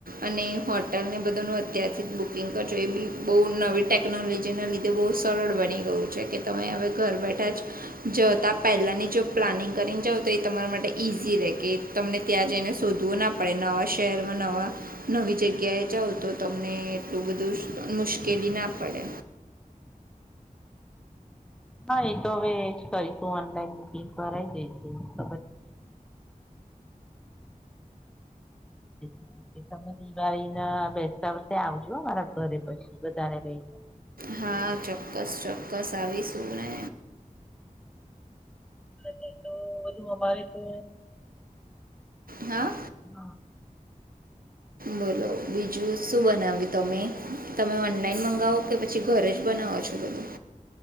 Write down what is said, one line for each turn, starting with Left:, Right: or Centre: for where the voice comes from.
Right: અને હોટલ ને બધાનું અત્યારથીજ બુકિંગ કરજો એ બી બો નવી ટેકનોલોજીના લીધે બી સરળ બની ગયું છે, કે તમે હવે ઘર બેઠાજ જતા પહેલાની જો પ્લાનિંગ કરીને જાવ તો એ તમારા માટે ઈઝી રે કે તમને ત્યાં જઈને શોધવું ના પડે. નવા શહેરમાં નવા નવી જગ્યાએ જાવ તો તમને એટલું બધું મુશ્કેલી ના પડે.
Centre: હા, એતો હવે એજ કરીશું ઓનલાઈન બુકિંગ કરાઈ દઈશુ <inaudible> <inaudible> તમે દિવાળી ના બેસતા વરસે આવજો મારા ઘરે પછી, બધાને લઈને
Right: હા, ચોક્કસ ચોક્કસ આવી શું ને
Centre: અત્યારે તો વધુમાં ભાવ તો
Right: હા,
Centre: હા
Right: બોલો બીજું? શું બનાવ્યું તમે, તમે ઓનલાઈન મંગાવો કે પછી ઘરેજ બનાવો છો, બધું?